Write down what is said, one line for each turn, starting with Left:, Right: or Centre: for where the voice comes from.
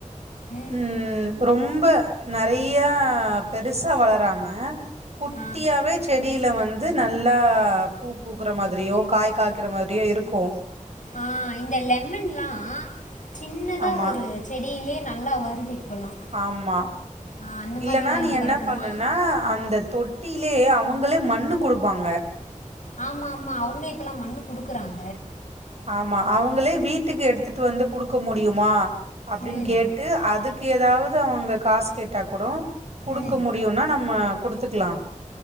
Left: ம்
Right: உம் ரொம்ப நெறைய பெருசா வளராம குட்டியாவே
Left: ஆ
Right: செடியில வந்து நல்லா பூ பூக்குற மாதிரியோ காய் காய்க்குற மாதிரியோ இருக்கு
Left: ஆஹ் இந்த லெமன்ல்லா சின்னதா
Right: ஆமா
Left: ஒரு செடியிலே நல்லா வருது இப்போல்லாம்
Right: ஆமா
Left: ஆ அந்த
Right: இல்லனா
Left: மாதிரி வாங்கிட்டு
Right: நீ என்ன
Left: வரட்டுமா
Right: பண்ணனா அந்த தொட் ட்டிலே அவுங்களே மண்ணு குடுப்பாங்க
Left: ஆமா ஆமா அவ்ங்களே இப்பலா மண்ணு குடுக்குறாங்க
Right: ஆமா அவுங்களே வீட்டுக்கு எடுத்துட்டு வந்து குடுக்க முடியுமா அப்டின்
Left: ம்
Right: கேட்டு அதுக்கு எதாவ்து இது அவ்ங்க காசு கேட்டா கூட குடுக்க
Left: ம்
Right: முடியுனா நம்ம குடுத்துக்லா